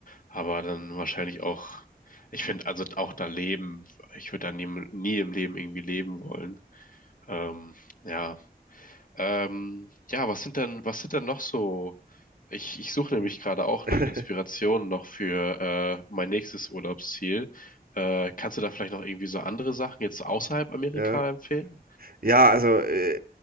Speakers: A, on the left; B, on the right.
A: aber dann wahrscheinlich auch, ich finde, also auch da leben, ich würde da nie, nie im Leben irgendwie leben wollen. Ähm, ja, ähm, ja, was sind denn, was sind denn noch so? Ich, ich suche
B: Mhm.
A: nämlich gerade auch
B: <laughs>
A: nach Inspirationen noch für äh, mein nächstes Urlaubsziel. Äh, kannst du da vielleicht noch irgendwie so andere Sachen jetzt außerhalb Amerika
B: Ja.
A: empfehlen?
B: Ja, also äh,